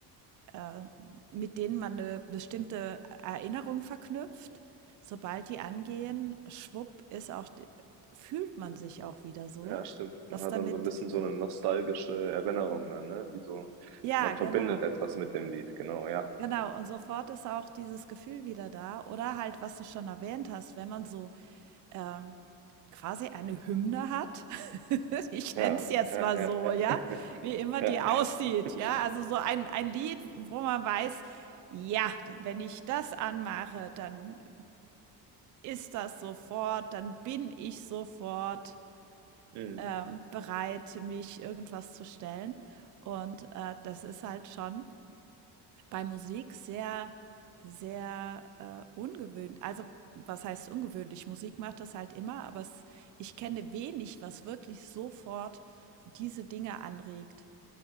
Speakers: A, on the right (about 50°); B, on the right (about 80°).
A: äh, mit denen man eine bestimmte Erinnerung verknüpft. Sobald die angehen, schwupp, ist auch, d- fühlt man sich auch wieder so.
B: ja, stimmt.
A: Was
B: Man hat
A: damit?
B: dann so ein bisschen so eine nostalgische Erinnerung dann, ne? Wie so,
A: Ja,
B: man
A: genau.
B: verbindet etwas mit dem Lied, genau, ja.
A: Genau. Und sofort ist auch dieses Gefühl wieder da. Oder halt, was du schon erwähnt hast, wenn man so ähm, quasi eine Hymne hat. <laughs> Ich
B: Ja,
A: nenne es jetzt
B: ja,
A: mal
B: ja,
A: so,
B: ja.
A: ja,
B: <laughs>
A: wie immer
B: Ja.
A: die aussieht,
B: <laughs>
A: ja. Also so ein, ein Lied, wo man weiß, ja, wenn ich das anmache, dann ist das sofort, dann bin ich sofort
B: Mhm.
A: ähm, bereit, mich irgendwas zu stellen. Und äh, das ist halt schon bei Musik sehr, sehr äh, ungewöhnlich. Also, was heißt ungewöhnlich? Musik macht das halt immer, aber es, ich kenne wenig, was wirklich sofort diese Dinge anregt.